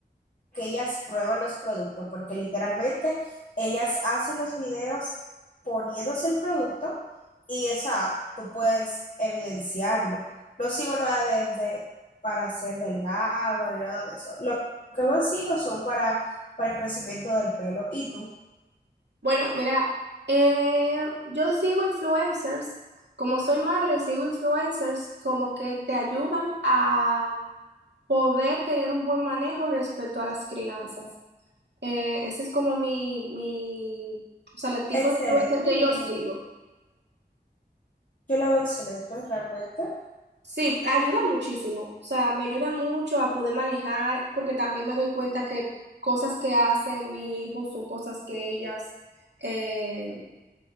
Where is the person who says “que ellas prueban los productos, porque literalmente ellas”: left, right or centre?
Left